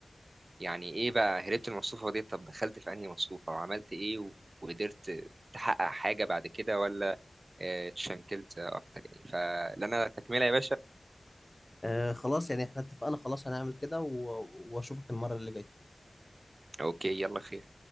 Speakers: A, on the right; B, on the left.
A: يعني ايه بقى هربت من المصفوفة دي طب دخلت في انهي مصفوفة وعملت ايه و... وقدرت تحقق حاجة بعد كده ولا آه، اتشنكلت اكتر يعني فلنا تكملة يا باشا
B: آه خلاص يعني احنا اتفقنا خلاص هنعمل كده و- واشوفك المره اللي جايه
A: اوكي يلا خير